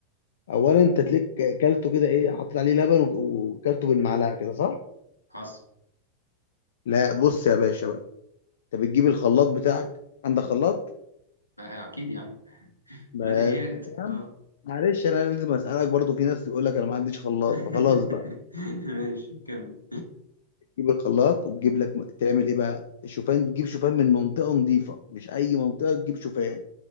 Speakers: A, on the left; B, on the left.
A: اولا انت تلاقيك كلته كده ايه حطيت عليه لبن وك- وكلته بالمعلقه كده صح
B: حصل
A: لا بص يا باشا بقى انت بتجيب الخلاط بتاعك عندك خلاط
B: آه، اكيد يعني
A: بس
B: بديهيات
A: يا
B: اه
A: عم معلش انا لازم اسالك برضو في ناس تقول لك انا ما عنديش خلاط
B: <laughs>
A: فخلاص بقى
B: ماشي كمل
A: تجيب الخلاط وتجيب لك تعمل ايه بقى الشوفان تجيب شوفان من منطقه نظيفه مش اي منطقه تجيب شوفان